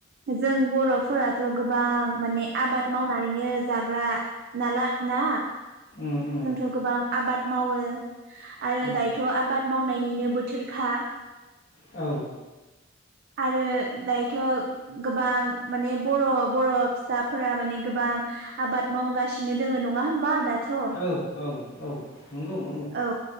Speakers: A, on the right; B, on the left.
A: जों बर'फोराथ' गोबां माने आबाद मावनानैनो जाग्रा नाला ना।
B: उम उम
A: जोंथ' गोबां आबाद मावो आरो
B: उम
A: दायथ' आबाद मावनायनिनो बोथोरखा
B: औ
A: आरो दायोथ' गोबां माने बर' बर' फिसाफोरा माने गोबां आबाद मावगासिनो दोङो नङा होमबा दा दाथ'
B: औ औ औ नंगौ नंगौ
A: औ